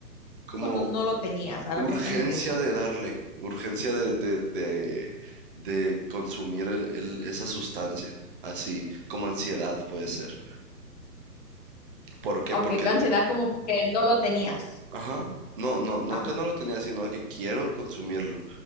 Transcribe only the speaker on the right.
como
urgencia
de darle, urgencia de, de, de, de consumir el- el- esa sustancia, así como ansiedad puede ser. ¿Por qué?
Porque,
ajá, no, no, no
que no lo tenía, sino que quiero consumirlo.